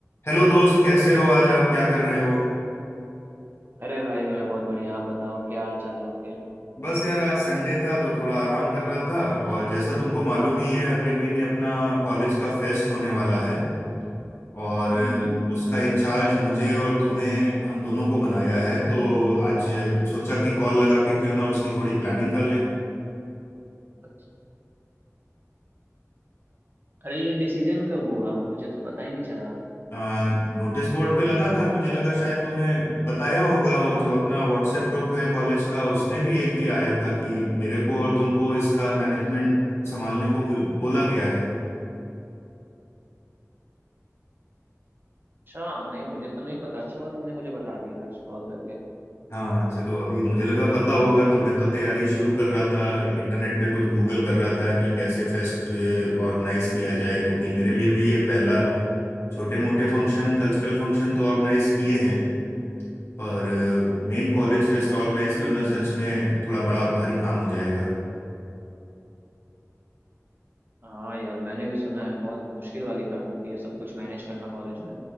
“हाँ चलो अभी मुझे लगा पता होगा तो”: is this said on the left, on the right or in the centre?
Left